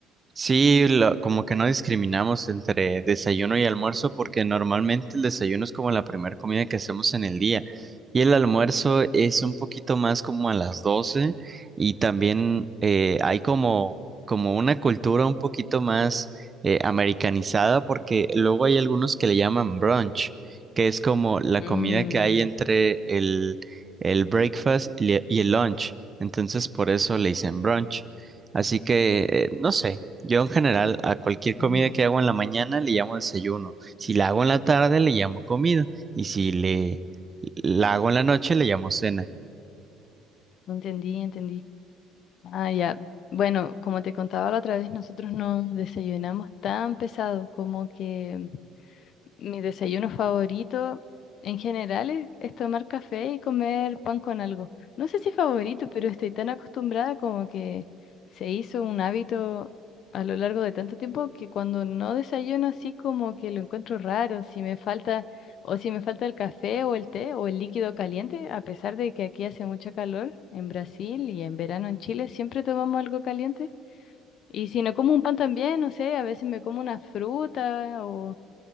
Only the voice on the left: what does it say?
Mm,
ujú,
Entendí, entendí. Ah, ya. Bueno, como te contaba la otra vez, nosotros no desayunamos tan pesado como que Mi desayuno favorito en general es, es tomar café y comer pan con algo. No sé si favorito, pero estoy tan acostumbrada como que se hizo un hábito a lo largo de tanto tiempo que cuando no desayuno así como que lo encuentro raro, si me falta o si me falta el café o el té o el líquido caliente, a pesar de que aquí hace mucho calor en Brasil y en verano en Chile, siempre tomamos algo caliente. Y si no como un pan también, no sé, a veces me como una fruta o